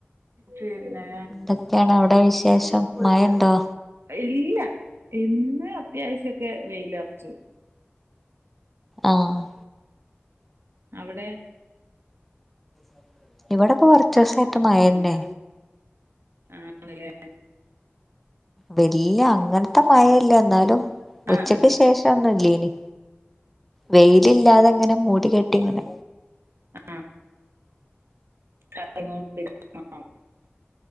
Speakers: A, on the right; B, in the centre.
A: പിന്നെ
B: എന്തൊക്കെയാണ് അവ്ടെ വിശേഷം? മഴ ഇണ്ടോ?
A: ഇല്ലാ. ഇന്ന് അത്യാവ്ശ്യം ഒക്കെ വെയിൽ അർച്ചു.
B: ആഹ്
A: അവ്ടെ?
B: <inaudible> ഇവടെ ഇപ്പോ കൊർച്ചുസായിട്ട് മഴയെന്നെ
A: ആഹ് ആണ് ലെ
B: വെല്ല്യ അങ്ങൻത്തെ മഴ ഇല്ല എന്നാലും ഉച്ചെക്ക്
A: ആഹ്
B: ശേഷം ഒന്നും ഇല്ലെയ്നി വെയിൽ ഇല്ലാതെ ഇങ്ങനെ മൂടി കെട്ടി ഇങ്ങനെ
A: അഹ് ആഹ് <unintelligible>